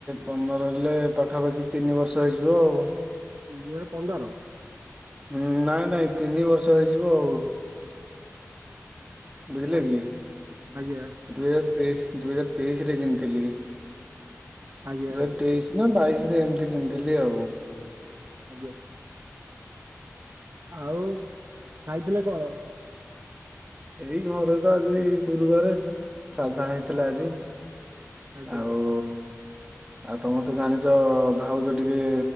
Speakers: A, on the right; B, on the right.
A: ପନ୍ଦର ହେଲେ ପାଖାପାଖି ତିନି ବର୍ଷ ହେଇଯିବ ଆଉ।
B: ଦୁଇହଜାରେ ପନ୍ଦର।
A: ହୁଁ ନାଇଁ ନାଇଁ ତିନି ବର୍ଷ ହେଇଯିବ ଆଉ। ବୁଝିଲେକି।
B: ଆଜ୍ଞା ଆଜ୍ଞା
A: ଦୁଇ ହଜାର ତେଇସି ଦୁଇ ହଜାର ତେଇଶି ରେ କିଣିଥିଲି
B: ଆଜ୍ଞା।
A: ଦୁଇ ତେଇଶି ନା ବାଇଶ ରେ ଏମିତି କିଣିଥିଲି ଆଉ।
B: ଆଜ୍ଞା। ଆଉ ଖାଇଥିଲେ କଣ?
A: ଏଇ ଘରେ ତ ଆଜି ଗୁରୁବାର ସାଧା ହେଇ ଥିଲା
B: ଆଜ୍ଞା
A: ଆଜି
B: ଆଜ୍ଞା
A: ଆଉ ଆଉ ତମେ ତେ ଜାଣିଛ ଭାଉଛ ଟିକେ